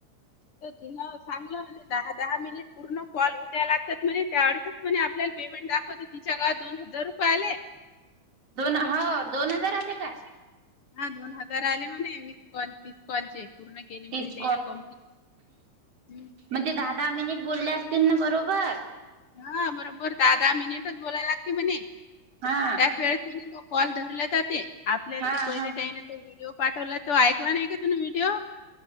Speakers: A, on the left; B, on the right.
A: तर तिनं सांगल <unintelligible> दहा दहा मिनिट पूर्ण कॉल हूद्या लागत्यात म्हणे, त्या अ <unintelligible> म्हणे आपल्याल पेमेंट दाखवते, तिच्या गळात दोन हजार रुपये आले.
B: दोन हौ दोन हजार आले का?
A: हा दोन हजार आले म्हणे, वीस कॉल तीस कॉलचे पूर्ण केले म्हणे
B: तीस
A: त्यायन कम्प्लिट, हम्म
B: मग ते दहा दहा मिनिट बोलले असतील ना बरोबर
A: हा बरोबर दहा दहा मिनिटच बोलाय लागते म्हणे त्याच
B: हा
A: वेळेस <unintelligible> तो कॉल धरला जाते आपल्याला
B: हा
A: ते पहिल्या
B: हा
A: टायनाचा व्हिडिओ पाठवला तो ऐकला नाही का तुम्ही व्हिडिओ?